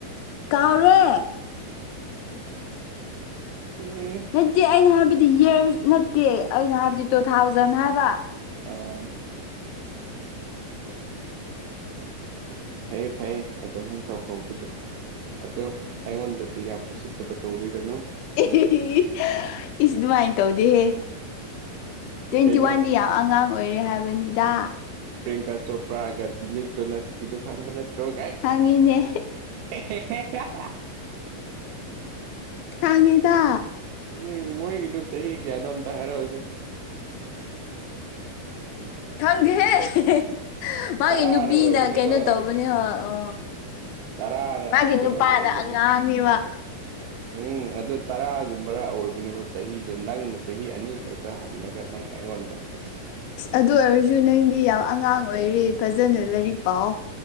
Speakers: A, on the left; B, on the right.
A: ꯀꯥꯎꯔꯦ
B: ꯎꯝ
A: ꯅꯠꯇ‌ꯦꯗꯤ ꯑꯩꯅ ꯍꯥꯏꯕꯗꯤ ꯏꯌꯥꯔ ꯅꯠꯇꯦ ꯑꯩꯅ ꯍꯥꯏꯕꯗꯤ ꯇꯨ ꯊꯥꯎꯖꯟ ꯍꯥꯏꯕ
B: ꯑ ꯐꯩꯌꯦ ꯐꯩꯌꯦ ꯑꯗꯨꯃꯥꯏꯅ ꯇꯧꯍꯧꯕꯗꯣ ꯑꯗꯣ ꯑꯩꯉꯣꯟꯗꯗꯤ ꯌꯥꯝ ꯎꯁꯤꯠꯇꯕ ꯇꯧꯕꯤꯒꯅꯨ
A: ꯑꯦꯑꯦꯍꯤ ꯏꯁ ꯑꯗꯨꯃꯥꯏꯅ ꯇꯧꯗꯦꯍꯦ ꯇ꯭ꯋꯦꯟꯇꯤ
B: ꯀꯩꯅꯣ
A: ꯋꯥꯟꯗꯤ ꯌꯥꯝ ꯑꯉꯥꯡ ꯑꯣꯏꯔꯤ ꯍꯥꯏꯕꯅꯤꯗ
B: ꯄ꯭ꯔꯤꯡꯀꯥ ꯆꯣꯄ꯭ꯔꯥꯒ ꯅꯤꯛꯇꯣꯅꯁꯀꯤꯗꯨ ꯈꯪꯕ ꯅꯠ ꯇ‌‍꯭ꯔ‌ꯣ
A: ꯈꯪꯉꯤꯅꯦ
B: <unintelligible>
A: ꯁꯥꯉꯤꯗ
B: ꯎꯝ ꯃꯣꯏꯒꯤꯗꯨ ꯆꯍꯤ ꯀꯌꯥꯅꯣ ꯑꯝꯇ ꯍꯥꯏꯔꯛꯎꯁꯦ
A: ꯈꯪꯗ‌ꯦ ꯍꯦ ꯃꯥꯒꯤ
B: ꯇꯔꯥꯔ
A: ꯅꯨꯄꯤꯅ
B: ꯑꯣꯏꯕꯅꯤꯀꯣ
A: ꯀꯩꯅꯣ ꯇꯧꯕꯅꯦ ꯍ ꯑ
B: ꯇꯔꯥꯔ
A: ꯃꯥꯒꯤ ꯅꯨꯄꯥꯅ
B: ꯀꯩꯅꯣ ꯍꯦꯟꯕꯅꯦ
A: ꯑꯉꯥꯡꯅ‌ꯦꯕ
B: ꯎꯝ ꯑꯗꯨ ꯇꯔꯥꯒꯨꯝꯕꯔ ꯑꯣꯏꯕꯅꯦꯕ ꯆꯍꯤꯗꯣ ꯅꯪꯅ ꯆꯍꯤ ꯑꯅꯤꯈꯛ ꯇꯔꯥ ꯍꯟꯂꯒ ꯅꯪ ꯑꯩꯉ‌ꯣꯟꯗ ꯏꯁꯁ
A: ꯏꯁ ꯑꯗꯨ ꯑꯣꯏꯔꯁꯨꯨ ꯅꯪꯗꯤ ꯌꯥꯝ ꯑꯉꯥꯡ ꯑꯣꯏꯔꯤ ꯐꯖꯅ ꯂꯥꯏꯔꯤꯛ ꯄꯥꯎꯑ‍ꯣ